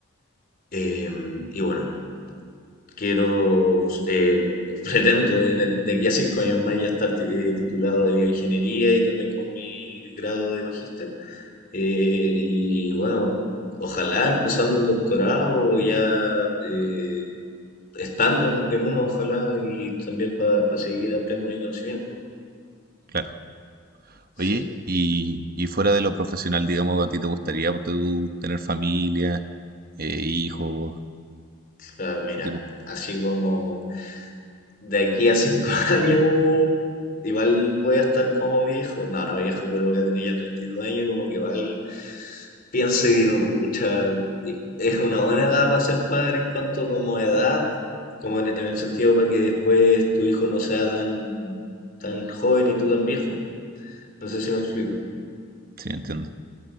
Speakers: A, on the left; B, on the right.
A: Eh, y bueno, Quiero, eh, <laughs> pretendo en el- de aquí a cinco años más ya estar ti- eh, titulado de bioingeniería y también con mi grado de magíster. Eh, y bueno, ojalá empezando un doctorado, ya eh, estando en, en uno, ojalá, y también para seguir ampliando mi conocimiento.
B: Claro. Oye,
A: Sí,
B: y, y fuera de lo profesional, digamos, ¿a ti te gustaría ponte tú, tener familia, eh, hijos,
A: claro, mira,
B: qué tipo?
A: así como... de aquí a cinco <laughs> años, igual voy a estar como viejo. No, no viejo, pero voy a tener ya 32 años y como que igual pienso y digo, pucha, y- es una buena edad para ser padre en cuanto como a edad, como en, en el sentido para que después tu hijo no sea tan, tan joven y tú tan viejo. No sé si me explico.
B: Sí, entiendo.